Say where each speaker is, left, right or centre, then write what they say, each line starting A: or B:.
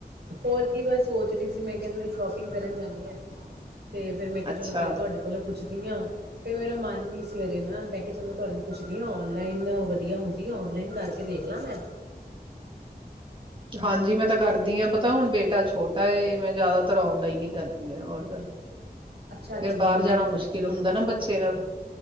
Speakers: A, on the right; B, on the right.
A: ਹੋਰ ਕੀ ਬਸ ਸੋਚ ਰਹੀ ਸੀ ਅਂ ਮੈਂ ਕਿਹਾ ਤੁਥੋਡੀ ਸ਼ੋਪਿੰਗ ਕਰਨ ਜਾਂਣੀ ਹਾਂ ਤੇ ਫੇਰ ਮੈਂ ਕਿਹਾ
B: ਅੱਛਾ
A: ਚਲੋ ਪਹਿਲੇ ਤੁਹਾਡੇ ਕੋਲੋਂ ਪੁੱਛਦੀ ਹਾਂ ਫੇਰ ਮੇਰਾ ਮਨ ਨੀ ਹਜੇ ਨਾ ਮੈਂ ਕਿਹਾ ਚਲੋ ਤੁਹਾਨੂੰ ਪੁੱਛਦੀ ਹ ਔਨਲਾਈਨ ਵਧੀਆ ਹੁੰਦੀ ਆ ਔਨਲਾਈਨ ਕਰਕੇ ਦੇਖ ਲਾ ਮੈਂ
B: ਹਾਂਜੀ ਮੈਂ ਤਾਂ ਕਰਦੀ ਹ ਪਤਾ ਹੁਣ ਬੇਟਾ ਛੋਟਾ ਮੈਂ ਜ਼ਿਆਦਾਤਰ ਔਨਲਾਈਨ ਹੀ ਕਰਦੀ ਹਾਂ ਔਡਰ
A: ਅੱਛਾ ਅੱਛਾ
B: ਫਿਰ ਬਾਹਰ
A: ਨਲਾਈਨ
B: ਜਾਣਾ
A: ਕਰਦੇ
B: ਮੁਸ਼ਕਿਲ ਹੁੰਦਾ ਨਾ ਬੱਚੇ ਨਾਲ